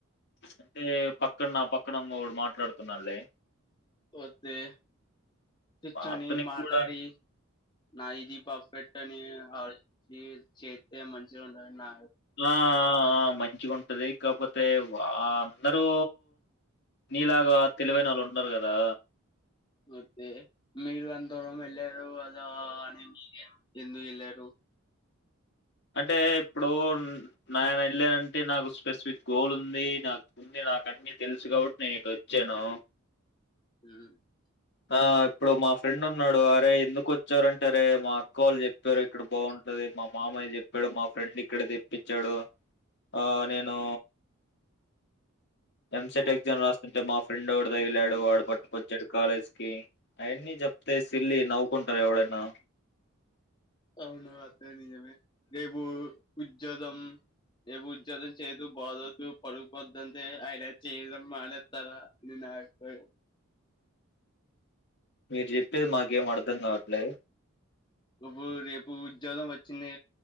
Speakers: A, on the left (about 50°); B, on the left (about 20°).
A: అంటే పక్కన నా పక్కనడు మాట్లాడుతున్నాలే
B: ఒత్తే నించొని
A: అతనికి
B: మాట్లాడి
A: కూడా
B: నా ఇది పర్ఫెక్ట్ ని ఆలోచించి చేస్తే మంచిగా ఉంటదనినా
A: ఆ ఆ మై మంచిగా ఉంటుది కాకపోతే అందరూ నీలాగా తెలివైనోళ్ళు ఉండరు కదా
B: అయితే మీరు అంత దూరం వెళ్ళారు అదా అని మీరూ ఎందుకు వెళ్ళారు
A: అంటే ఇప్పుడు నేను వెళ్ళానంటే నాకు స్పెసిఫిక్ గోల్ ఉంది నాకు ఉంది నాకు అన్నీ తెలుసు కాబట్టి నేను ఇటు వొచ్చాను
B: హ
A: ఆ ఇప్పుడు మా ఫ్రెండ్ ఉన్నాడు అరే ఎందుకు వచ్చారంటే రే మా అక్కాల్లు చెప్పారు ఇక్కడ బాగుంట మా మామయ చెప్పాడు మా ఫ్రెండ్ ఇక్కడ తెప్పించాడు ఆ నేను ఎంసెట్
B: ఉ-
A: ఎగ్జామ్ రాస్తు మా ఫ్రెండ్ ఓడు తగిలాడు వాడు పట్టుకొచ్చాడు కాలేజ్ అవన్నీ చెప్తే సిల్లి నవ్వుకుంటారు ఎవడైనా
B: అవును అంత నిజమే రేపు ఉద్యోగం రేపు ఉద్యోగం చేదు బాగోదు పడుకోద్దంటే అయన చేయడం మానేస్తారా అని నా అభిప్రాయం
A: మీరు చెప్పేది మాకేం అర్ధం కావట్లే
B: రేపు రేపు ఉద్యోగం వచ్చింది